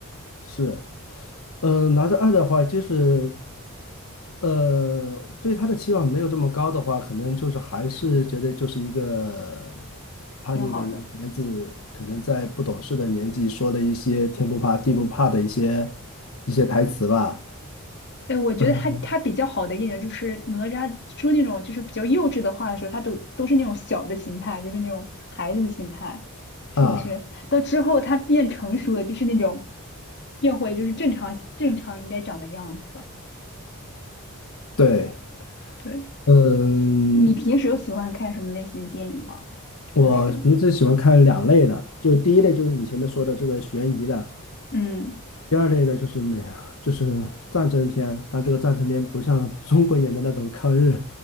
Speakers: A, on the left (about 70°); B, on the left (about 50°).
A: 是。呃，拿着二的话，就是呃，对他的期望没有这么高的话，可能就是还是觉得就是一个叛逆的一个孩子，
B: 挺好的。
A: 可能在不懂事的年纪说了一些天不怕地不怕的一些一些台词吧。
B: 哎，我觉得他他比较好的一点就是哪吒说那种就是比较幼稚的话的时候，
A: 嗯
B: 他都都是那种小的心态，就是那种孩子的心态，是不是？
A: 啊，
B: 到之后他变成熟了，就是那种变回就是正常正常应该长的样子。
A: 对，
B: 对，
A: 嗯，
B: 你平时有喜欢看什么类型的电影吗？就是
A: 我平时喜欢看两类的，就第一类就是你前面说的这个悬疑的，
B: 嗯，
A: 第二类的就是美，就是战争片，但这个战争片不像 <laughs> 中国演的那种抗日